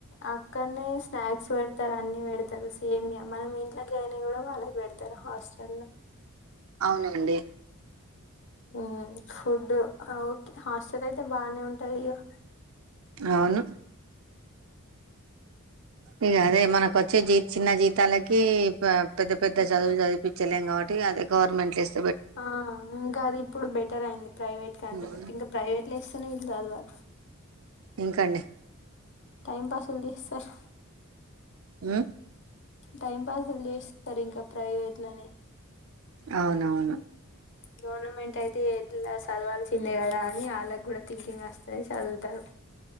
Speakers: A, on the left; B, on the right.
A: అక్కడనే స్నాక్స్ పెడతారు అన్ని పెడతారు సేమ్యా మనం ఇట్లా చెయ్యనివి కూడా వాళ్ళకి పెడతారు హాస్టల్ లో
B: అవునండి
A: ఉ ఫుడ్ ఓకే హాస్టల్ అయితే బాగానే ఉంటాదిగా
B: అవును ఇక అదే మనకొచ్చే జీ చిన్న జీతాలకి పెద్ద పెద్ద చదువులు చదిపించలేము కాబట్టి అదే గవర్నమెంట్లు ఏస్త
A: ఆ ఇంకా అది ఇప్పుడు బెటర్ అయింది ప్రైవేట్ కంటే
B: హ్మ్.
A: అంటే ఇంకా ప్రైవేట్ అస్సలు ఇది చదువా
B: ఇంకండి
A: టైం పాస్ ఉది సార్
B: ఉ
A: టైం పాస్ చేస్తారు ఇంకా ప్రైవేట్ లోని
B: అవునవును
A: గవర్నమెంట్ అయితే ఇట్లా చదవాల్సిందే కదా అని వాళ్ళకి కూడా థింకింగ్ వస్తంది చదువుతారు